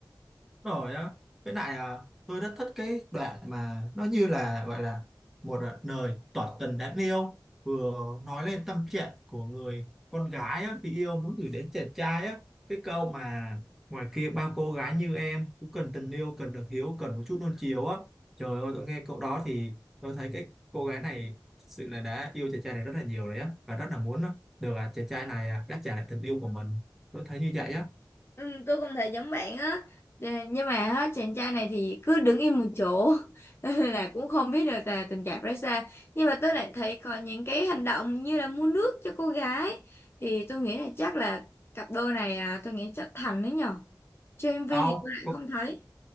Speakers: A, in the centre; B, on the left (about 30°).
A: rồi á với lại à, tôi rất thích cái đoạn mà nó như là gọi là một à, lời tỏ tình đáng yêu vừa nói lên tâm trạng của người con gái á, khi yêu muốn gửi đến chàng trai á cái câu mà ngoài kia bao cô gái như em cũng cần tình yêu cần được hiếu cần một chút nuông chiều á trời ơi tôi nghe câu đó thì tôi thấy cái cô gái này thực sự là đã yêu chàng trai này rất là nhiều rồi á và rất là muốn được à, chàng trai này à, đáp trả lại tình yêu của mình tôi thấy như vậy á
B: Ừ, tôi cũng thấy giống bạn á Nè, nhưng mà á, chàng trai này thì cứ đứng im một chỗ <laughs> là cũng không biết được là tình cảm ra sao nhưng mà tôi lại thấy có những cái hành động như là mua nước cho cô gái thì tôi nghĩ là chắc là cặp đôi này à, tôi nghĩ chắc thành đấy nhở trên MV
A: đâu
B: thì tôi lại không thấy